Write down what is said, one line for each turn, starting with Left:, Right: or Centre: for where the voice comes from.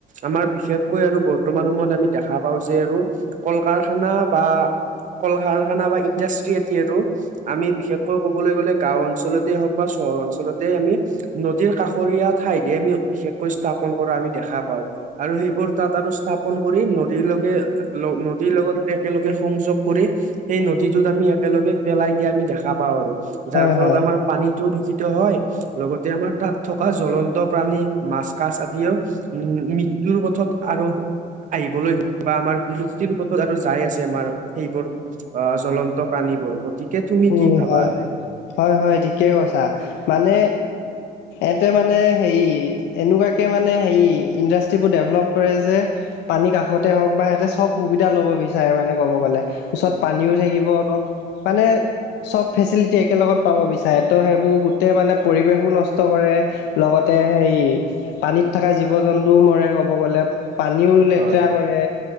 Right: আমাৰ বিশেষকৈ আৰু বৰ্তমান সময়ত আমি দেখা পাওঁ যে আৰু কল-কাৰখানা বা কল-কাৰখানা বা ইণ্ডাষ্ট্ৰি আদি আৰু আমি বিশেষকৈ ক'বলৈ গ'লে গাওঁ অঞ্চলতে হওঁক বা চহৰ অঞ্চলতে আমি নদীৰ কাষৰীয়া ঠাইতে আমি বিশেষকৈ স্থাপন কৰা আমি দেখা পাওঁ। আৰু সেইবোৰ তাত আৰু স্থাপন কৰি, নদীৰ লগে নদীৰ লগত একেলগে সংযোগ কৰি সেই নদীটোত আমি একেলগে পেলাই দিয়া আমি দেখা পাওঁ আৰু যাৰ
Left: হয়
Right: ফলত
Left: হয়
Right: আমাৰ পানীটোও দূষিত হয় লগতে আমাৰ তাত থকা জ্বলন্ত প্ৰাণী মাছ-কাছ আদিও উম, মৃ মৃত্যুৰ পথত আৰু আহিবলৈ ধৰি বা আমাৰ বিলুপ্তিৰ পথত আৰু যাই আছে আমাৰ। সেইবোৰ অ', জ্বলন্ত প্ৰাণীবোৰ। গতিকে তুমি
Left: উম,
Right: কি ভাবা
Left: হয়,
Right: এনে
Left: হয়, হয় ঠিকেই কৈছা মানে এতে মানে, হেৰি এনেকুৱাকে মানে, হেৰি, ইণ্ডাষ্ট্ৰিবোৰ ডেভেলপ কৰে যে। পানীৰ কাষতে হওঁক বা সিহঁতে চব সুবিধা ল'ব বিচাৰে মানে ক'ব গ'লে। ওচৰত পানীও থাকিব অলপ, মানে চব ফেচিলিটি একেলগত পাব বিচাৰে, ত' সেইবোৰ গোটেই মানে পৰিৱেশো নষ্ট কৰে। লগতে সেই পানীত থকা জীৱ-জন্তুয়ো মৰে ক'ব গ'লে। পানীও লেতেৰা
Right: হয়
Left: কৰে